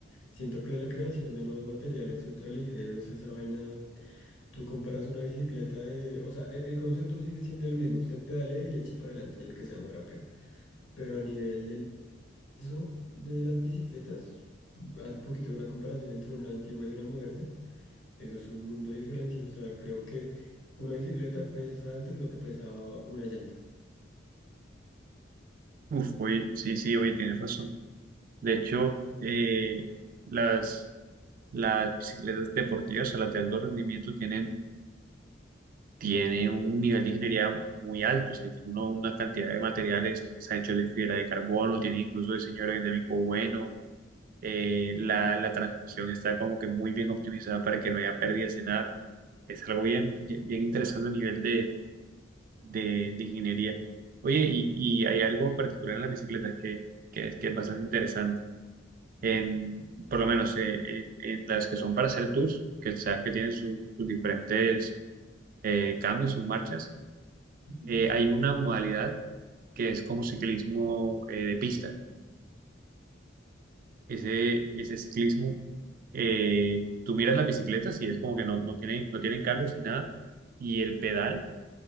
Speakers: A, on the left; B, on the right.
A: Siento que la creación de nuevos materiales ultraligeros, esa vaina, tú comparas una bicicleta de... O sea, e- el, concepto sigue siendo el mismo, usted pedale y eche para adelante y el que sea más rápido. Pero a nivel del peso de las bicicletas, hace poquito hubo una comparación entre una antigua y una moderna. Eso es un mundo de diferencia. O sea, creo que una bicicleta pesa antes lo que pesaba una llanta.
B: uf, oye, sí, sí, oye, tienes razón. De hecho, eh, las, las bicicletas deportivas, o sea, las de alto rendimiento tienen tiene un nivel de ingeniería muy alto, o sea, tiene uno- una cantidad de materiales, está hecho de fibra de carbono, tiene incluso diseño aerodinámico bueno, eh, la, la transmisión está como que muy bien optimizada para que no haya pérdidas de nada. Es algo bien, bien interesante a nivel de, de, de ingeniería. Oye, y, y hay algo particular en las bicicletas que, que es, que es bastante interesante. En, por lo menos eh, en, en las que son para hacer tours, que sabes que tienen sus sus diferentes eh, cambios, sus marchas
A: Ujú.
B: eh, hay una modalidad que es como ciclismo eh, de pista. Ese, ese ciclismo, eh, tú miras las bicicletas y es como que no, no tienen, no tienen cambios ni nada. Y el pedal